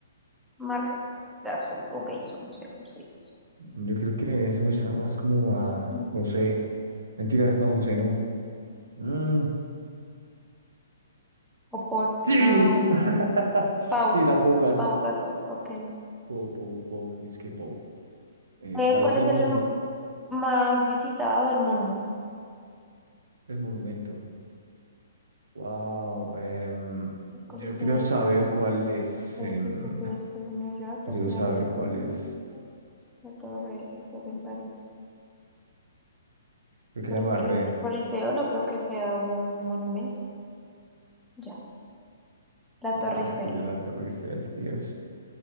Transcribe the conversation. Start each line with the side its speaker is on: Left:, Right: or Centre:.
Centre: Marc Gasol o Gasol, no sé cómo se dice.
Right: Yo creo que eso me suena más como a
Centre: Mm.
Right: José. Mentiras, no, José, no. Mm,
Centre: O Paul.
Right: sí,
Centre: Ah, bueno.
Right: <laughs>
Centre: Pau,
Right: sí, la Pou Gasol.
Centre: Pau Gasol, ok.
Right: Pou, Pou, Pou, dizque Pou. Eh,
Centre: Eh,
Right: ¿cuál
Centre: ¿cuál
Right: es el
Centre: es
Right: monumento?
Centre: el más visitado del mundo?
Right: el monumento. Wow, em,
Centre: El Coliseo
Right: yo creo
Centre: de
Right: saber
Centre: Roma,
Right: cuál es.
Centre: el
Right: em,
Centre: edificio que está en Nueva York,
Right: creo
Centre: las pirámides
Right: saber cuál
Centre: de
Right: es.
Centre: Giza, la Torre Eiffel en París.
Right: Creo que
Centre: Pero
Right: la embarré.
Centre: es que el Coliseo no creo que sea un monumento. Ya. La Torre
Right: Ah,
Centre: Eiffel.
Right: sí, de la Torre Eiffel, Dios.